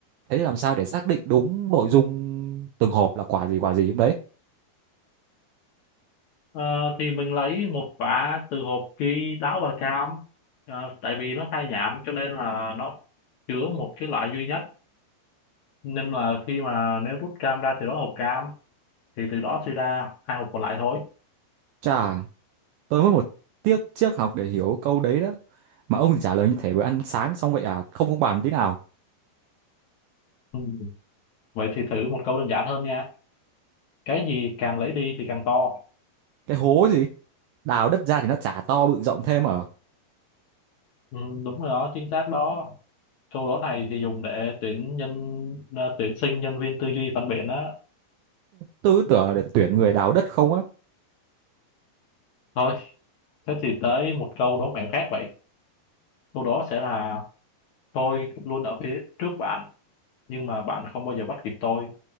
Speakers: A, on the right; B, on the left.
A: Thế thì làm sao để xác định đúng nội dung từng hộp là quả gì quả gì đấy?
B: Ờ, thì mình lấy một quả từ hộp ghi táo và cam Ờ, tại vì nó khai nhãn cho nên là nó chứa một cái loại duy nhất nên là khi mà nếu rút cam ra từ đó hộp cam thì từ đó suy ra hai hộp còn lại thôi
A: Chà, tôi mất một tiết triết học để hiểu câu đấy đó mà ông thì trả lời như thể bữa ăn sáng xong vậy à không không bàn tí nào
B: ừ. vậy thì thử một câu đơn giản hơn nha cái gì càng lấy đi thì càng to
A: cái hố gì đào đất ra thì nó chả to bự rộng thêm ở
B: ừ, đúng rồi đó chính xác đó câu đố này thì dùng để tuyển nhân ờ, tuyển sinh nhân viên tư duy phản biện á
A: tôi cứ tưởng là để tuyển người đào đất không á
B: thôi Thế thì tới một câu đố mẹo khác vậy. Câu đó sẽ là tôi luôn ở phía trước bạn, nhưng mà bạn không bao giờ bắt kịp tôi.